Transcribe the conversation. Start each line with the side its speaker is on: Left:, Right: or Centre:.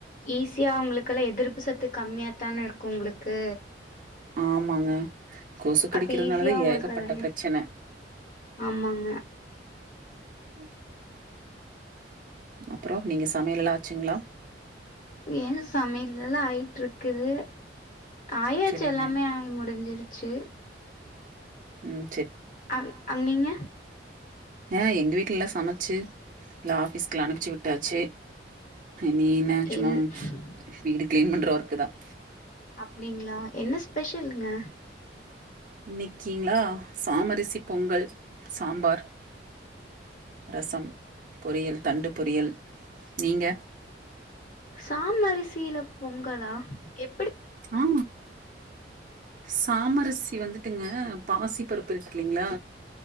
Left: ஈஸியா உங்களுக்கெல்லாம் எதிர்ப்பு சத்து கம்மியாத்தானே இருக்கும் உங்களுக்கு
Right: ஆமாங்க கொசு கடிக்கிறதுனாலதான்
Left: அப்ப ஈஸியா உங்களுக்கு
Right: ஏகப்பட்ட
Left: அதெல்லா
Right: பிரச்சனை
Left: ஆமாங்க
Right: உம் அப்புறம் நீங்க சமையல்லா ஆச்சுங்களா
Left: ஏன் சமையல்லாம் ஆயிட்டு இருக்குது ஆயாச்சு
Right: செரிங்க
Left: எல்லாமே ஆகி முடிஞ்சிருச்சு
Right: உம்
Left: அ அ நீங்க
Right: ஆஹ் எங்க வீட்டுல எல்லாம் சமைச்சு இல்ல ஆபீஸ்க்கல்லாம் அனுப்பிச்சு விட்டாச்சு நீ என்ன சும்மா
Left: என்
Right: வீடு கிளீன் பண்ற ஒர்கக்குதான்
Left: அப்டிங்களா என்ன ஸ்பெஷலுங்க
Right: இன்னைக்கீங்களா சாமரிசி பொங்கல் சாம்பார் ரசம் பொரியல் தண்டு பொரியல் நீங்க
Left: சாமரிசீல பொங்கலா எ
Right: ஆ சாமரிசி வந்துட்டு ட்டுங்க பாசி பருப்பு இருக்கு இல்லலைங்களா